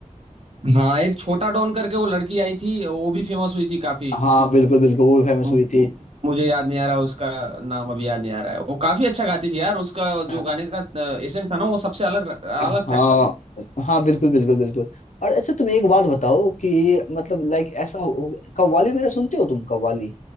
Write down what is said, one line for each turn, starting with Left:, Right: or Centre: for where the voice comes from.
Right: हाँ एक छोटा डॉन करके वो लड़की आई थी वो भी फेमस हुई थी काफी
Left: हाँ बिल्कुल बिल्कुल वो भी फेमस
Right: म-
Left: हुई
Right: म- मुझे याद नहीं आ रहा उसका नाम अभी याद नहीं आ रहा है वो काफी अच्छा गाती थी यार उसका
Left: थी
Right: जो गाने का एसेंट था ना वो सबसे अलग अलग
Left: हाँ
Right: था एकदम
Left: हाँ बिल्कुल बिल्कुल बिल्कुल और अच्छा तुम एक बात बताओ कि मतलब लाइक ऐसा हो हो- कव्वाली वगैरह सुनते हो तुम कव्वाली